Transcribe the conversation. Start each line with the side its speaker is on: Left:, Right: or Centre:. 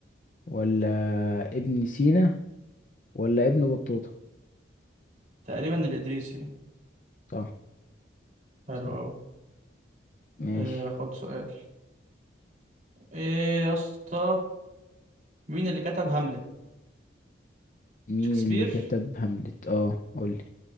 Left: ولا ابن سينا ولا ابن بطوطة
Right: تقريبا الإدريسي
Left: صح
Right: حلو
Left: صح
Right: أوي
Left: ماشي
Right: آه خد سؤال إيه يا اسطى مين اللي كتب هاملت
Left: مين
Right: شكسبير
Left: اللي كتب هاملت اه قولي